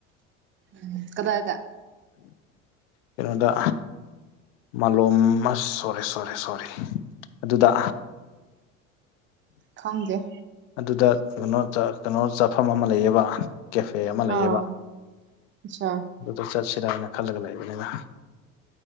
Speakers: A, on the right; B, on the left.
A: ꯎꯝ ꯀꯗꯥꯥꯏꯗ
B: ꯀꯩꯅꯣꯗ ꯃꯥꯂꯣꯝ ꯁꯣꯔꯤ ꯁꯣꯔꯤ ꯁꯣꯔꯤ ꯑꯗꯨꯗ
A: ꯈꯪꯒꯦ
B: ꯑꯗꯨꯗ ꯀꯩꯅꯣ ꯀꯩꯅꯣ ꯆꯥꯐꯝ ꯑꯃ ꯂꯩꯌꯦꯕ ꯀꯦꯐꯦ ꯑꯃ ꯂꯩꯌꯦꯕ
A: ꯑꯥ ꯑꯠꯆꯥ
B: ꯑꯗꯨꯗ ꯆꯠꯁꯤꯔꯥꯅ ꯈꯜꯂꯒ ꯂꯩꯕꯅꯤꯅ